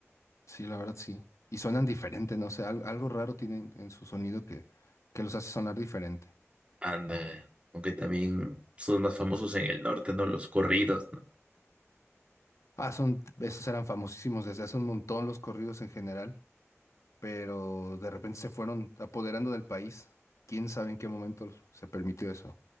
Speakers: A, on the left; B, on the right.
A: Sí, la verdad sí. Y suenan diferente, no sé, al- algo, raro tienen en su sonido que, que los hace sonar diferente.
B: Ándale, aunque también son más famosos en el norte, ¿no? Los corridos, ¿no?
A: Ah, son, esos eran famosísimos desde hace un montón los corridos en general, pero de repente se fueron apoderando del país. ¿Quién sabe en qué momento se permitió eso?